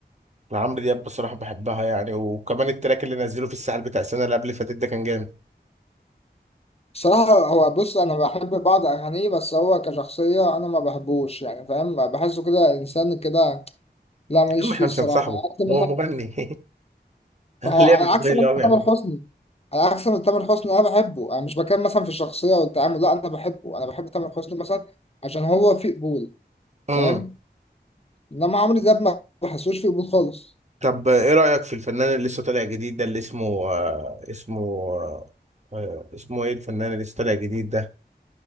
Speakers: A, on the right (about 40°); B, on the left (about 35°).
A: لعمرو دياب بصراحه بحبها يعني وكمان التراك اللي نزله في الساحل بتاع السنه اللي قبل اللي فاتت ده كان جامد
B: الصراحه هو بص انا بحب بعض اغانيه بس هو كشخصيه انا ما بحبوش يعني فاهم بحسه كده انسان كده لا ماليش
A: اما
B: فيه
A: احنا
B: الصراحه
A: مش هنصاحبه
B: عكس
A: هو
B: مثلا
A: مغني <laughs> انا
B: هو
A: ليه
B: على
A: بالاغنيه
B: عكس مثلا
A: اللي هو بيعملها
B: تامر حسني على عكس إن تامر حسني انا بحبه انا مش بتكلم مثلا في الشخصيه والتعامل لا انا بحبه انا بحب تامر حسني مثلا عشان هو في قبول
A: امم
B: فاهم انما عمرو دياب ما بحسوش في قبول خالص
A: طب ايه رايك في الفنان اللي لسه طالع جديد ده اللي اسمه آه اسمه آه آه، اسمه ايه الفنان اللي لسه طالع جديد ده